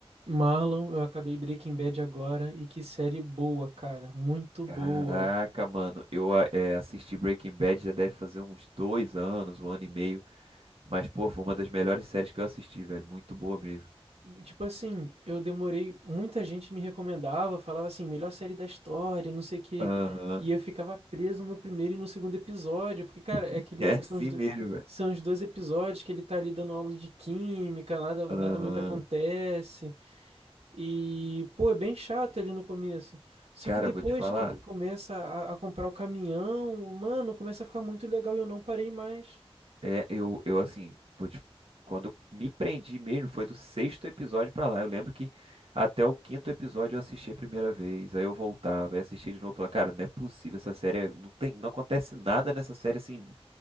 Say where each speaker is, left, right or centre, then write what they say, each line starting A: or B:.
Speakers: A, on the right (about 85°); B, on the right (about 65°).
A: Marlon, eu acabei Breaking Bad agora e que série boa, cara, muito
B: Caraca,
A: boa.
B: mano, eu a- é, assisti Breaking Bad já deve fazer uns dois anos, um ano e meio, mas pô, foi uma das melhores séries que eu assisti, velho, muito boa mesmo.
A: Tipo assim, eu demorei, muita gente me recomendava, falava assim, melhor série da história, não sei o quê,
B: Aham,
A: e eu ficava preso no primeiro e no segundo episódio, porque, cara, é
B: <laughs>
A: aquele,
B: É assim
A: são os, do-
B: mesmo, velho.
A: são os dois episódios que ele tá ali dando aula de química, nada,
B: Aham.
A: nada muito acontece. E, pô, é bem chato ali no começo. Só
B: Cara,
A: que depois
B: eu vou te falar,
A: que ele começa a, a comprar o caminhão, mano, começa a ficar muito legal e eu não parei mais.
B: é, eu, eu assim, vou te- quando eu me prendi mesmo, foi do sexto episódio pra lá, eu lembro que até o quinto episódio eu assisti a primeira vez, aí eu voltava, aí assistia de novo, falava, cara, não é possível essa série, é- não tem, não acontece nada nessa série assim,